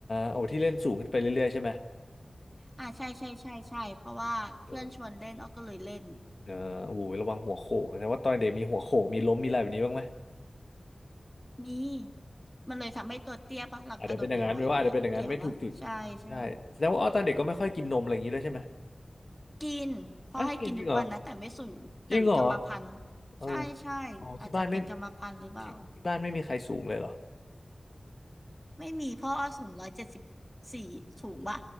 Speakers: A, on the left; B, in the centre.
A: โอ้ที่เล่นสูงขึ้นไปเรื่อยๆใช่ไหม
B: อ่าใช่ใช่ใช่ใช่เพราะว่าเพื่อนชวนเล่นอ้อก็เลยเล่น
A: โอ้เออโอ้โหระวังหัวโขกแสดงว่าตอนเด็กมีหัวโขกมีล้มมีอะไรแบบนี้บ้างไหม
B: มีมันเลยทำให้ตัวเตี้ยปะหลักกระโดดบ่อยๆอย่างเงี้ยเกี่ยวปะใช่ใช่
A: อาจจะเป็นอย่างนั้นไม่ว่าอาจจะเป็นอย่างนั้นไม่ถูกจุดอืมใช่แสดงว่าอ้อตอนเด็กก็ไม่ค่อยกินนมอะไรอย่างนี้ด้วยใช่ไหม
B: กินพ่อให้กินทุกวันนะแต่ไม่สูงแต่หรือกรรมพันธุ์
A: อ้าวกินจริงเหรอจริงเหรอเออ
B: ใช่ใช่อาจจะเป็นกรรมพันธุ์หรือเปล่า
A: อ๋อที่บ้านไม่ที่ที่บ้านไม่มีใครสูงเลยเหรอ
B: ไม่มีพ่ออ้อสูงร้อยเจ็ดสิบสี่สูงปะ